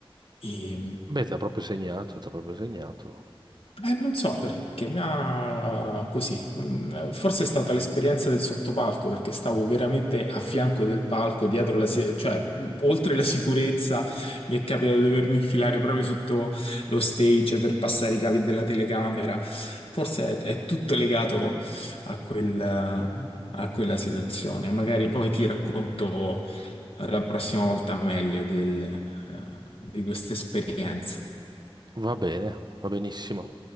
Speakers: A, on the left; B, on the right.
A: E,
B: Beh, ti ha proprio segnato, ti ha proprio segnato.
A: eh, non so perché mi ha eh, così, mm, forse è stata l'esperienza del sottopalco perché stavo veramente a fianco del palco, dietro la, si- cioè mm, oltre la sicurezza mi è capitato di dovermi infilare proprio sotto lo stage per passare i cavi della telecamera. Forse è, è tutto legato a quel, a quella situazione. Magari poi ti racconto eh, la prossima volta meglio del, eh, di questa esperienza.
B: Va bene, va benissimo.